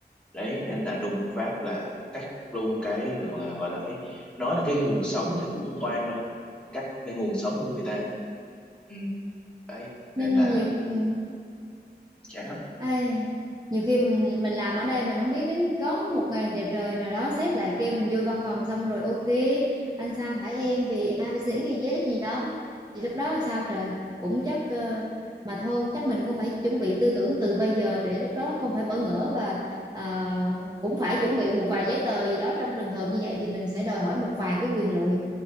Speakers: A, in the centre; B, on the right (about 20°).
A: đấy nên
B: Bởi.
A: là đùng một phát là cắt luôn cái gọi là gọi là cái nói là cái nguồn sống thì cũng không oan đâu cắt cái nguồn sống của người ta ừ, đấy nên
B: nên
A: là
B: nhiều ừ.
A: chán lắm
B: Ai, nhiều khi mình, mình làm ở đây mình không biết đến có một ngày đẹp trời nào đó sếp lại kêu mình vô văn phòng xong rồi ok anh Sa thải em vì a ABC ghi Z gì đó thì lúc đó là sao trời cũng chắc ờ, mà thôi chắc mình cũng phải chuẩn bị tư tưởng từ bây giờ để lúc đó không phải bỡ ngỡ và ờ, cũng phải chuẩn bị một vài giấy tờ gì đó trong trường hợp như vậy thì mình sẽ đòi hỏi một vài cái quyền lợi